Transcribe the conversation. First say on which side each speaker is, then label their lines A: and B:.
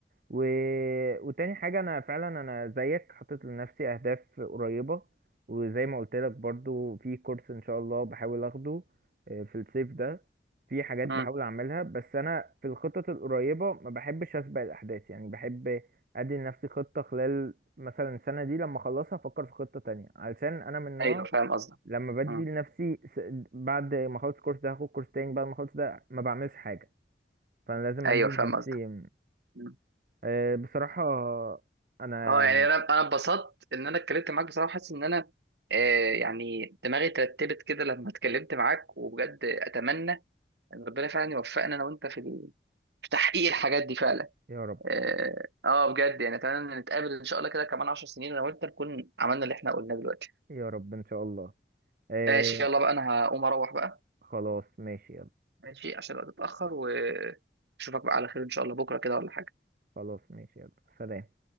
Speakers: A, on the right; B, on the right.
A: و... وتاني حاجة انا فعلا انا زيك حطيت لنفسي اهداف قريبة وزي ما قلت لك برضو في كورس ان شاء الله بحاول اخده آه، في الصيف ده في حاجات بحاول
B: مم.
A: اعملها بس انا في الخطط القريبة ما بحبش اسبق الاحداث يعني بحب ادي لنفسي خطة خلال مثلا السنة دي لما اخلصها افكر في خطة تانية علشان انا من نوع
B: ايوه فاهم قصدك
A: لما بدي
B: مم.
A: لنفسي س- بعد ما اخلص الكورس ده هاخد كورس تاني بعد ما اخلص ده ما بعملش حاجة فانا لازم
B: ايوه
A: ادي
B: فاهم
A: لنفسي
B: قصدك مم.
A: آه، بصراحة انا
B: اه يعني انا انا اتبسطت ان انا اتكلمت معاك بصراحه حاسس ان انا آه، يعني دماغي ترتبت كده لما اتكلمت معاك وبجد اتمنى يعني ربنا فعلا يوفقنا انا وانت في ال- في تحقيق الحاجات دي فعلا
A: يا رب
B: اه آه، بجد يعني اتمنى ان نتقابل ان شاء الله كده كمان 10 سنين انا وانت نكون عملنا اللي احنا قلناه دلوقتي
A: يا رب ان شاء الله آه،
B: ماشي يلا بقى انا هقوم اروح بقى
A: خلاص ماشي
B: ماشي عشان الوقت اتاخر واشوفك بقى على خير ان شاء الله بكره كده ولا حاجه
A: خلاص ماشي يلا سلام